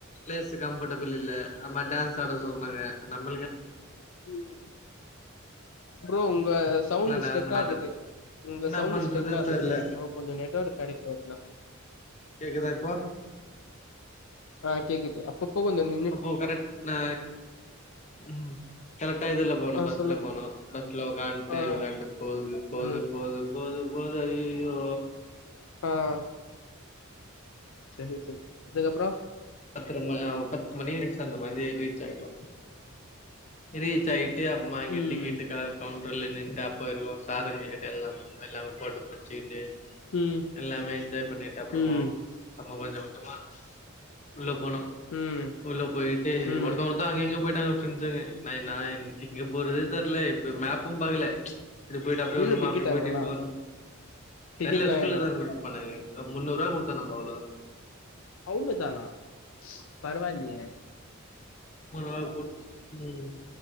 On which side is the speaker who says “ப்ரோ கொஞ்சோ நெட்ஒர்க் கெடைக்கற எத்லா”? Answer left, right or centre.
Left